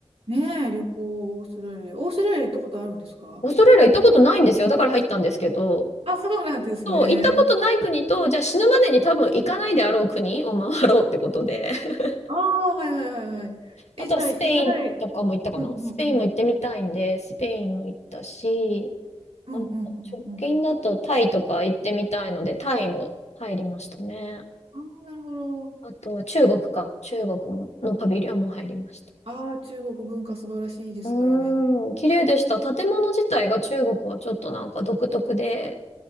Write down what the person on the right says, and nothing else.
ねえ、旅行、オーストラリア。オーストラリア行ったことあるんですか
あ、そうなんですね。
ああ、はいはいはいはい。え、
じゃあ、行かない。うんうんうん。
うんうんうんうん。
ああ、なるほど。
え、
ああ、中国文化素晴らしいですからね。